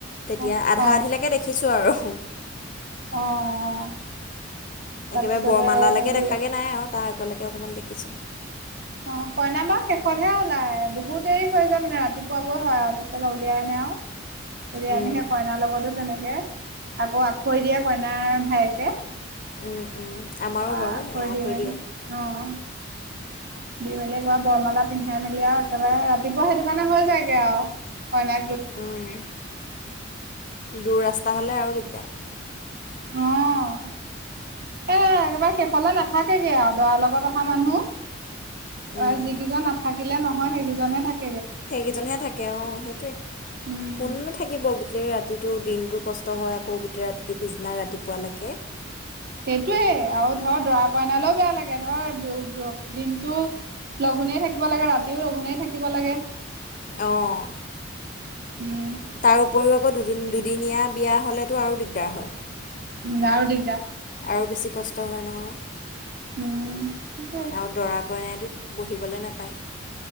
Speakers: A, on the left; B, on the right.
A: তেতিয়া
B: অ
A: আধা আধিলৈকে দেখিছোঁ আৰু।
B: অ'।
A: একেবাৰে
B: তাৰপিছতে
A: বৰমালৈকে
B: হেৰি
A: দেখা গে নাই আৰু তাৰ আগলৈকে অকণমান দেখিছোঁ।
B: অ', কইনা বাৰ শেষতহে ওলাই বহুত দেৰি হৈ যায় মানে ৰাতিপুৱাবৈ হয় আৰু তাৰপছত উলিয়াই আনে আৰু। তেতিয়া
A: উম,
B: আনি সেই কইনাৰ লগতো তেনেকে আকৌ আখৈ দিয়ে কইনাৰ ভায়েকে
A: উম, উম, আমাৰো
B: তপা
A: বাৰু
B: আখৈ
A: এয়া
B: দিম
A: থৈ দিয়ে।
B: আৰু অ'। দি মেলি একবাৰ বৰমালা পিন্ধাই মেলি আৰু একেবাৰে ৰাতিপুৱা সেইটো কাৰণে হৈ যায়গে আৰু কইনা।
A: উম দূৰ ৰাস্তা হ'লে আৰু দিগদাৰ
B: অ'। এ একেবাৰে শেষলৈ নাথাকে গে আৰু দৰাৰ লগত অহা মানুহ। অ',
A: উম,
B: যিকেইজন নাথাকিলে নহয় সেইকেইজনহে থাক।
A: সেইকেইজনহে থাকে অ', সেইটোৱেই।
B: উম
A: কোননো থাকিব গোটেই ৰাতিটো দিনটো কষ্ট হয় আকৌ গোটেই ৰাতিটোৰ পিছদিনা ৰাতিপুৱালৈকে।
B: সেইটোৱেই, আৰু ধৰ দৰা কইনালৈও বেয়া লাগে ধৰ দিনটো। লঘোণেই থাকিব লাগে ৰাতিও লঘোণেই থাকিব লাগে।
A: অ'।
B: উম
A: তাৰ উপৰিও আকৌ দুদিন দুদিনীয়া বিয়া হ'লেতো আৰু দিগদাৰ হয়।
B: উম, আৰু দি
A: আৰু বেছি কষ্ট হয় নহয়।
B: উম সেইটোৱে
A: আৰু দৰা কইনাইটোত বহিবলৈ নাপায়।